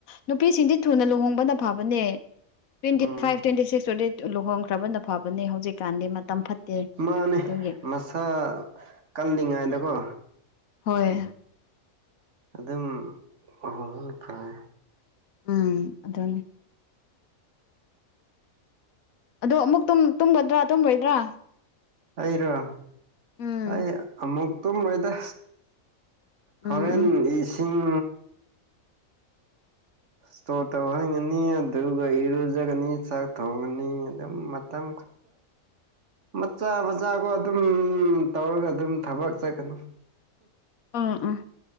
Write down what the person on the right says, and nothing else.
ꯎꯝ
ꯃꯥꯅꯦ
ꯃꯁꯥ ꯀꯜꯂꯤꯉꯩꯗꯀꯣ
ꯑꯗꯨꯝ ꯑꯍꯣꯡ ꯐꯔꯦ
ꯑꯩꯔꯣ
ꯑꯩ ꯑꯃꯨꯛ ꯇꯨꯝꯔꯣꯏꯗ ꯍꯣꯔꯦꯟ
ꯏꯁꯤꯡ ꯏꯁꯇꯣꯔ ꯇꯧꯍꯟꯒꯅꯤ ꯑꯗꯨꯒ ꯏꯔꯨꯖꯒꯅꯤ ꯆꯥꯛ ꯊꯣꯡꯒꯅꯤ ꯑꯗꯨꯝ ꯃꯇꯝ ꯃꯆꯥ ꯃꯆꯥꯀꯣ ꯑꯗꯨꯝ ꯇꯧꯔꯒ ꯑꯗꯨꯝ ꯊꯕꯛ ꯆꯠꯀꯅꯨ